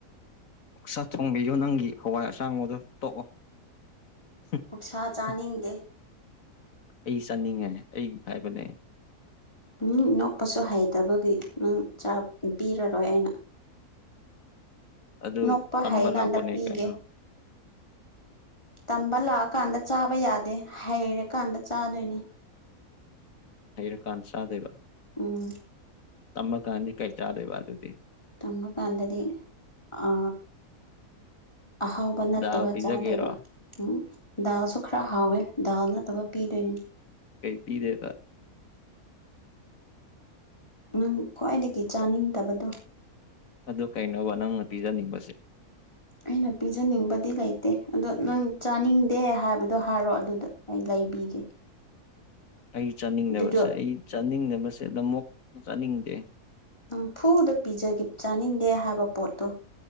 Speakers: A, on the left; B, on the left.
A: ꯑꯣꯛꯁꯥ ꯊꯣꯡꯕꯤꯌꯣ ꯅꯪꯒꯤ ꯍꯋꯥꯏ ꯑꯁꯥꯡꯕꯗꯣ ꯇꯣꯛ ꯑꯣ ꯍꯨ
B: ꯑꯣꯛꯁꯥ ꯆꯥꯅꯤꯡꯗꯦ
A: ꯍꯨ ꯑꯩ ꯆꯥꯅꯤꯡꯉꯦ ꯑꯩꯒꯤ ꯍꯥꯏꯕꯅꯦ
B: ꯎꯪ ꯅꯣꯛꯄꯁꯨ ꯍꯩꯇꯕꯒꯤ ꯅꯪ ꯆꯥꯛ ꯄꯤꯔꯔꯣꯏ ꯑꯩꯅ
A: ꯑꯗꯨ
B: ꯅꯣꯛꯄ
A: ꯇꯝꯕ
B: ꯍꯩꯀꯥꯟꯗ
A: ꯂꯥꯛꯄꯅꯦ
B: ꯄꯤꯒꯦ
A: ꯀꯩꯅꯣ
B: ꯇꯝꯕ ꯂꯥꯛꯑꯀꯥꯟꯗ ꯆꯥꯕ ꯌꯥꯗꯦ ꯍꯩꯔꯀꯥꯟꯗ ꯆꯥꯗꯣꯏꯅꯦ
A: ꯍꯩꯔꯀꯥꯟ ꯆꯥꯗꯣꯏꯕ
B: ꯎꯝ
A: ꯇꯝꯃꯀꯥꯟꯗꯤ ꯀꯩ ꯆꯥꯗꯣꯏꯕ ꯑꯗꯨꯗꯤ
B: ꯇꯝꯃꯀꯥꯟꯗꯗꯤ ꯑ ꯑꯍꯥꯎ ꯄ ꯅꯠꯇꯕ
A: ꯗꯥꯜ ꯄꯤꯖꯒꯦꯔꯣ
B: ꯆꯥꯗꯣꯏꯕ ꯎꯝ ꯗꯥꯜꯁꯨ ꯈꯔ ꯍꯥꯎꯋꯦ ꯗꯥꯜ ꯅꯠꯇꯕ ꯄꯤꯗꯣꯏꯅꯤ
A: ꯀꯩ ꯄꯤꯗꯣꯏꯕ
B: ꯅꯪ ꯈ꯭ꯋꯥꯏꯗꯒꯤ ꯆꯥꯅꯤꯡꯗꯕꯗꯣ
A: ꯑꯗꯨ ꯀꯩꯅꯣꯕ ꯅꯪꯅ ꯄꯤꯖꯅꯤꯡꯕꯁꯦ
B: ꯑꯩꯅ ꯄꯤꯖꯅꯤꯡꯕꯗꯤ ꯂꯩꯇꯦ ꯑꯗꯣ ꯅꯪ ꯆꯥꯅꯤꯡꯗꯦ ꯍꯥꯏꯕꯗꯣ ꯍꯥꯏꯔꯣ ꯑꯗꯨꯗ ꯑꯩ ꯂꯩꯕꯤꯒꯦ
A: ꯑꯩ ꯆꯥꯅꯤꯡꯗꯕꯁꯦ
B: ꯑꯗꯨꯗꯣ
A: ꯑꯩ ꯆꯥꯅꯤꯡꯗꯕꯁꯦ ꯂꯝꯃꯣꯛ ꯆꯥꯅꯤꯡꯗꯦ
B: ꯅꯝꯐꯨꯗ ꯄꯤꯖꯒꯦ ꯆꯥꯅꯤꯡꯗꯦ ꯍꯥꯏꯕ ꯄꯣꯠꯇꯣ